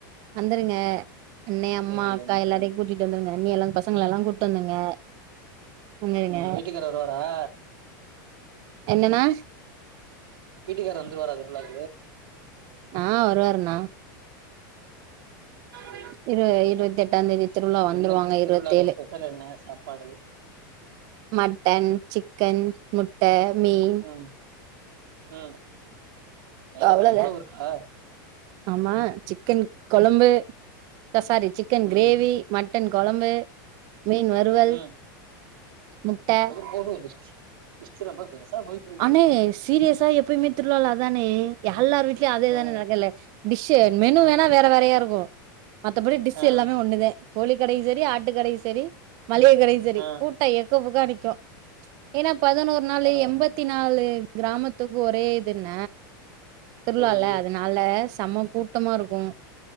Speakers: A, on the right (about 35°); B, on the right (about 90°).
A: வந்துருங்க அண்ணே அம்மா
B: சரி
A: அக்கா
B: வந்துடுறேன்
A: எல்லாரையும் கூட்டிட்டு வந்துருங்க அண்ணி எல்லாம் பசங்கள எல்லாம் கூட்டிட்டு வந்துருங்க வந்துருங்க
B: உங்க வீட்டுக்காரர் வருவாரா
A: என்னன்னா
B: வீட்டுக்காரர் வந்துருவார அதுக்குள்ள
A: ஆ வருவாருண்ணா
B: சரி
A: இரு இருவத்தெட்டாந்ந்தேதி திருவிழா வந்துருவாங்க
B: என்ன
A: இருவத்தேழு
B: திருவிழாக்கு ஸ்பெஷல் என்ன சாப்பாடு
A: மட்டன் சிக்கன் முட்ட மீன்
B: ம் ம் அடேங்கப்பா
A: அவ்வளவுதான்
B: இவ்ளோ இருக்கா
A: ஆமா சிக்கன் கொழம்பு ச சாரி சிக்கன்
B: ம்
A: கிரேவி மட் ட்டன் கொழம்பு மீன் வறுவல்
B: ம்
A: முட்டை
B: போதும் போது லிஸ்ட் லிஸ்ட் ரொம்ப பெருசா போயிட்டு இருக்கு
A: அண்ணே சீரியஸா எப்பயுமே திருவிழால அதாண்ணே யால்லார் வீ்ட்லயும் அதே
B: ஆ
A: தானே நடக்கல டிஷ் மெனு வேணா வேற வேறையா இருக்கு மத்தபடி டிஷ்
B: ஆ
A: எல்லாமே ஒன்னுதே கோழி கடை சரி ஆட் டு கடையு சரி மளிகை கடையு சரி
B: ஆ
A: கூட்ட எக்க புகா நிக்கு ஏனா பதினொரு நாலு
B: பரவா
A: எம்பத்தி நாலு கிராமத்துக்கு ஒரே இதுன திருழால
B: சரி
A: அதனால செம கூட்டமா இருக்கும்.